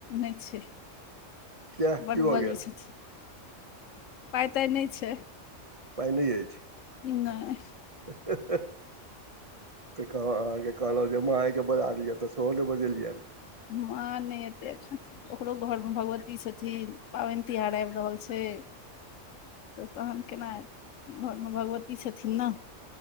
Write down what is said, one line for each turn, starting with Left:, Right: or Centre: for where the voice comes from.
Left: नेय छै।
Right: किया
Left: बड
Right: की भऽ
Left: बजै।
Right: गेल
Left: छथिन पाए ताए ने छैय।
Right: पाए। ने एछि।
Left: नई।
Right: त। कहाँ आगे। कहल जे माई के बजालियै तऽ सोले ने बजलिया।
Left: माँ ने एते एठाम ओकरो घोर में भगवती छथिन। पाबन तिहार आब। रहल छैय। तऽ तहन केना आब घोर में भगवती छथिन न।